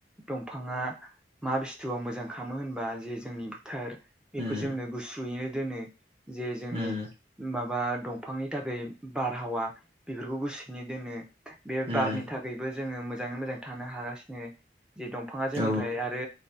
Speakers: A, in the centre; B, on the right (about 30°).
A: दंफाङा मा बुस्थुआव मोजां खालामो होनबा जे जोंनि बोथार बेखौ
B: उम
A: जोंनो गुसुयैनो दोनो जे जोंनि
B: उम
A: माबा दंफांनि थाखाय बारहावा बेफोरखौ गुसनि दोनो। बे
B: उम
A: बारनि थाखायबो जोङो मोजाङै मोजां थानो हागासिनो जे दंफाङा जोंनिफ्राय
B: औ
A: आरो